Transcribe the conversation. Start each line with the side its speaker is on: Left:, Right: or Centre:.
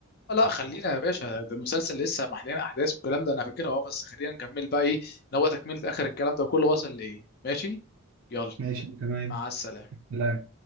Left: لا خلينا يا باشا ده المسلسل لسه محلين احداث والكلام ده انا فاكرها اه بس خلينا نكمل بقى ايه ان هو تكمله اخر الكلام ده كله وصل لايه ماشي يلا
Right: ماشي تمام
Left: مع السلامه
Right: لا